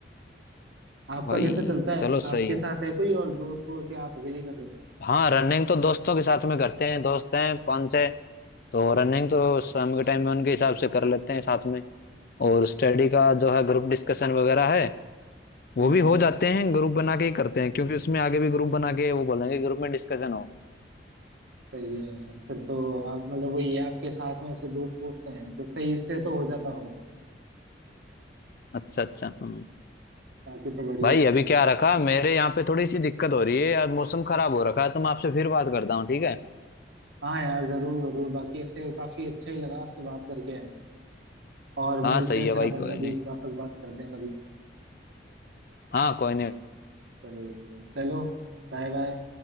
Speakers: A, on the right; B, on the left.
A: आपका
B: भाई
A: कैसा चलता है
B: चलो सही
A: आपके
B: है
A: साथ है कोई और दोस्त हो कि आप अकेले ही कर रहे हो
B: हाँ रनिंग तो दोस्तों के साथ में करते हैं दोस्त हैं पाँच छः तो रनिंग तो शाम के टाइम में उनके हिसाब से कर लेते हैं साथ में और स्टडी का जो है ग्रुप डिस्कशन वगैरह है
A: हम्म
B: वो भी
A: हम्म
B: हो जाते हैं ग्रुप बना के ही करते हैं क्योंकि उसमें आगे भी ग्रुप बना के वो बोलेंगे ग्रुप में डिस्कशन हो
A: सही है यार। फिर तो आप मतलब वही है आपके साथ में ऐसे दोस्त वोस्त हैं तो सही से तो हो जाता होगा
B: अच्छा अच्छा हम्म
A: बाकी तो बढ़िया
B: भाई
A: है
B: अभी क्या रखा मेरे यहाँ पे थोड़ी सी दिक्कत हो रही है यार मौसम खराब हो रखा है तो मैं आपसे फिर बात करता हूँ ठीक है
A: हाँ यार जरूर जरूर बाकी ऐसे काफी अच्छा ही लगा आपसे बात करके और
B: हाँ
A: मिलते
B: सही
A: हैं
B: है
A: फिर
B: भाई
A: अपन
B: कोई
A: कभी
B: नहीं
A: वापस बात करते हैं कभी
B: हाँ कोई नहीं
A: जरूर जरूर चलो Bye bye